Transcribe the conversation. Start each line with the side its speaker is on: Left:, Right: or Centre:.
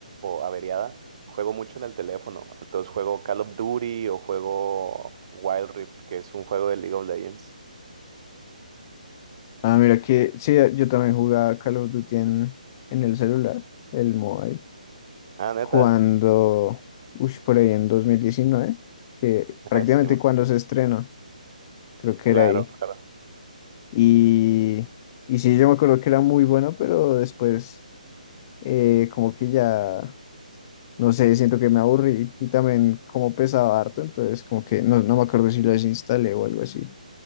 Right: averiada, juego mucho en el teléfono. Entonces juego Call of Duty o juego Wild Rift, que es un juego de League of Legends.
Left: Ah, mira que sí, yo también jugaba Call of Duty en, en el celular, el mobile,
Right: Ah, neta.
Left: cuando, uy, por ahí en 2019, que prácticamente
Right: Eh, sí, bueno,
Left: cuando se estrenó, creo que
Right: claro,
Left: era ahí.
Right: claro.
Left: Y, y sí, yo me acuerdo que era muy bueno, pero después eh, como que ya, no sé, siento que me aburrí y también como pesaba harto, entonces como que no, no me acuerdo si lo desinstalé o algo así.